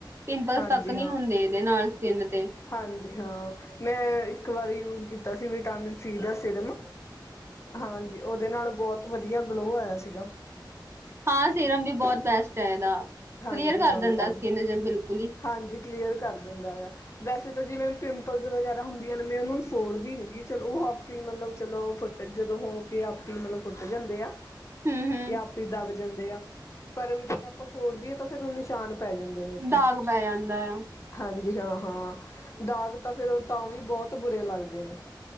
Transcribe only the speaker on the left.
ਹਾਂਜੀ
ਹਾਂ
ਹਾਂਜੀ ਹਾਂ ਮੈਂ ਇੱਕ ਵਾਰੀ ਯੂਜ ਕੀਤਾ ਸੀ ਵਿਟਾਮਿਨ ਸੀ ਦਾ ਸਿਰਮ। ਹਾਂਜੀ ਉਹਦੇ ਨਾਲ ਬਹੁਤ ਵਧੀਆ ਗਲੋ ਆਇਆ ਸੀਗਾ।
ਹਾਂਜੀ
ਹਾਂ
ਵਿਟਾਮਿਨ
ਹਾਂਜੀ ਕਲੀਅਰ ਕਰ ਦਿੰਦਾ ਯਾਂ। ਵੈਸੇ ਤਾਂ ਜਿਵੇਂ ਪਿੰਪਲਸ ਵਗੈਰਾ ਹੁੰਦੀਆਂ ਨੇ ਮੈਂ ਉਹਨਾਂ ਨੂੰ ਫੋੜਦੀ ਨਗੀ ਚਲੋ ਉਹ ਆਪੇ ਹੀ ਮਤਲਬ ਚਲੋ ਫੱਟ। ਜਦੋਂ ਹੋਂਕੇ ਆਪੇ ਈ, ਮਤਲਬ ਫੁੱਟ ਜਾਂਦੇ ਆ
ਇਹ ਆਪੇ ਹੀ ਦੱਬ ਜਾਂਦੇ ਆ, ਪਰ ਜੇ ਆਪਾਂ ਫੋੜਦੀਏ ਤਾਂ ਫਿਰ ਉਹ ਨਿਸ਼ਾਨ ਪੈ ਜਾਂਦੇ ਨੇ, ਉੱਤੇ।
ਹਾਂਜੀ, ਹਾਂ-ਹਾਂ ਦਾਗ ਤਾਂ ਫਿਰ ਉਹ ਤਾਂ ਵੀ ਬਹੁਤ ਬੁਰੇ ਲੱਗਦੇ ਨੇ।